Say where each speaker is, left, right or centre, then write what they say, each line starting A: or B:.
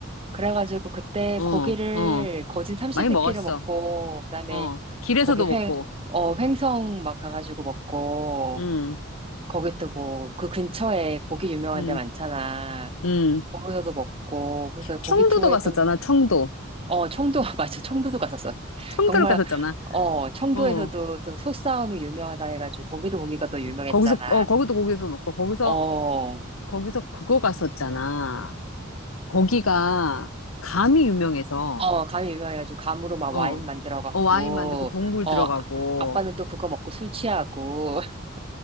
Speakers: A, on the right; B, on the left.
A: 그래가지고 그때
B: 어,
A: 고기를
B: 어.
A: 거진 삼시세끼를
B: 많이 먹었어.
A: 먹고 그다음에
B: 어. 길에서도
A: 거기
B: 먹고.
A: 횡, 어, 횡성 막 가가지고 먹고
B: 응,
A: 거기 또 뭐 그 근처에 고기 유명한
B: 응,
A: 데 많잖아.
B: 응.
A: 거기서도 먹고 그래서 고기
B: 청도도
A: 투어 했던
B: 갔었잖아,
A: 그,
B: 청도.
A: 어 청도 <laughs> 맞아 청도도 갔었어.
B: 청도를
A: 정말
B: 갔었잖아.
A: 어 청도에서도
B: 어, 어.
A: 저 소싸움이 유명하다 해가지고 거기도 고기가 또 유명했잖아.
B: 거기서, 어, 거기도 거기서 먹고, 거기서,
A: 어
B: 거기서 그거 갔었잖아. 거기가 감이 유명해서,
A: 어, 감이 유명해가지고, 감으로 막
B: 어,
A: 와인 만들어갖고,
B: 어, 와인 만들고 동굴
A: 어,
B: 들어가고,
A: 아- 아빠는 또 그거 먹고 술 취하고, <laughs>